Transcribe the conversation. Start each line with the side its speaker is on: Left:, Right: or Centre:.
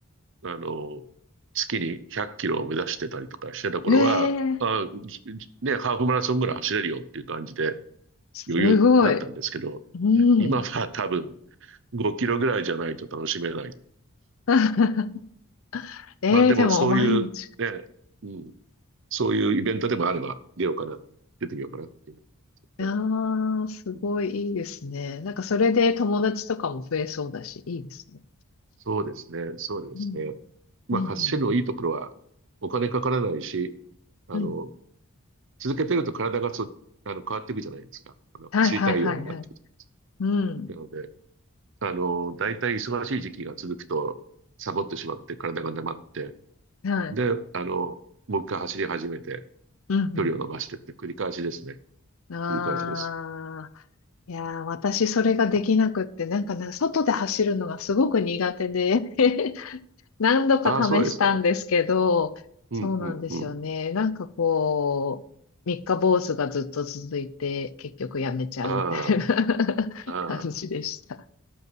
Right: あの、月に100キロを目指してたりとかしてた頃は、
Left: ええ
Right: あ、じじね、ハーフマラソンぐらい走れるよっていう感じで
Left: すごい。
Right: 余裕だったんですけど、
Left: うん。
Right: 今は多分5キロぐらいじゃないと楽しめない。
Left: <laughs> ええでも毎日。
Right: まあでもそういうね、うん、そういうイベントでもあれば出ようかな、出てみようかなっていうのがね。
Left: ああ、すごいいいですね。
Right: うん、
Left: なんかそれで友達とかも増えそうだし、いいですね。
Right: そうですね、そうですね。
Left: うん、
Right: まあ走るのいいところはお金かからないし、
Left: うん、うん。
Right: あの、
Left: うん
Right: 続けてると体がそあの変わっていくじゃないですか。あの走りたいようになっていくじゃないですか。
Left: はいはいはいはい。うん。
Right: なので、あの、大体忙しい時期が続くと、サボってしまって体が黙って、
Left: はい。
Right: で、あの、もう一回走り始めて、
Left: うん
Right: 距離を伸ばしてって繰り返しですね。
Left: うん。ああ。
Right: 繰り返しです。
Left: いやー、私それができなくって、なんかね、外で走るのがすごく苦手で <laughs> 何度か試したんですけど、
Right: ああ、そうですか。うん、
Left: そうなんですよね。
Right: うん、うん。
Left: なんかこう、三日坊主がずっと続いて、結局やめちゃうみたいな
Right: ああ、
Left: <laughs>
Right: ああ。
Left: 感じでした。